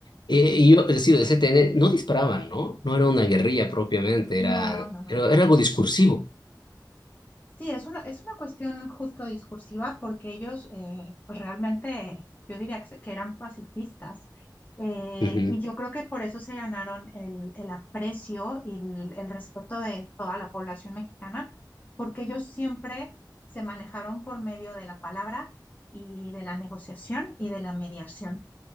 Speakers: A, on the left; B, on the left.
A: Eh, y yo, es decir, el CTN no disparaban, ¿no? No era una guerrilla propiamente,
B: No,
A: era,
B: no, no.
A: era, era algo discursivo.
B: Sí, es una, es una cuestión justo discursiva porque ellos, eh, pues realmente, yo diría que, se- que eran pacifistas. Eh,
A: Ujú.
B: y yo creo que por eso se ganaron el, el aprecio y el, el respeto de toda la población mexicana, porque ellos siempre se manejaron por medio de la palabra y de la negociación y de la mediación.